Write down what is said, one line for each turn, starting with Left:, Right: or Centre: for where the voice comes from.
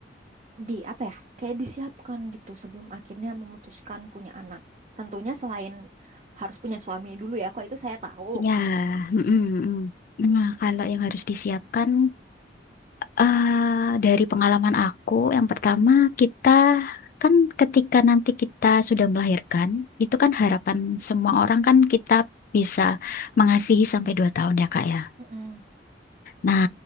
Right: di apa ya kayak disiapkan gitu sebelum akhirnya memutuskan punya anak tentunya selain harus punya suami dulu ya kok itu saya tahu
Left: Ya, mm, mm, mm. Nah, kalau yang harus disiapkan Eh, dari pengalaman aku, yang pertama kita kan ketika nanti kita sudah melahirkan, itu kan harapan semua orang kan kita bisa mengasihi sampai dua tahun ya Kak ya.
Right: Mm-mm.
Left: Nah,